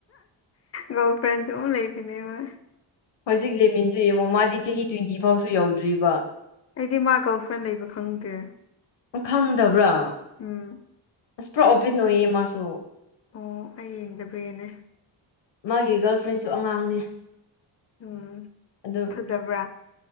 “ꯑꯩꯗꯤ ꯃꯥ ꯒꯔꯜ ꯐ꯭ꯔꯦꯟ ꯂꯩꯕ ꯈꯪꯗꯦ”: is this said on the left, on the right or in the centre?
Left